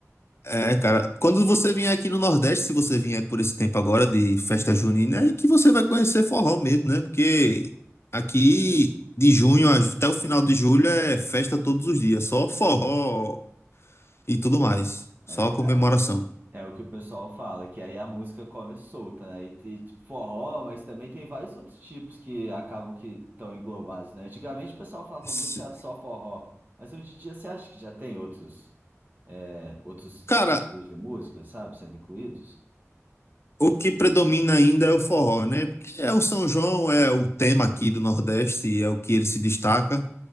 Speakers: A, on the left; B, on the right.
A: É, cara, quando você vier aqui no Nordeste, se você vier por esse tempo agora de festa junina, é que você vai conhecer forró mesmo, né? Porque aqui de junho a- até o final de julho é festa todos os dias, só forró e tudo mais, só
B: É, cara.
A: comemoração.
B: É o que o pessoal fala, que aí a música come solta, né? E tem tipo, forró, mas também tem vários outros tipos que acabam que estão englobados, né? Antigamente o pessoal falava
A: S-
B: muito que era só forró, mas hoje em dia você acha que já tem outros, é, outros
A: Cara,
B: estilos de música, sabe, sendo incluídos?
A: o que predomina ainda é o forró, né? Porque é o São João, é o tema aqui do Nordeste, é o que ele se destaca.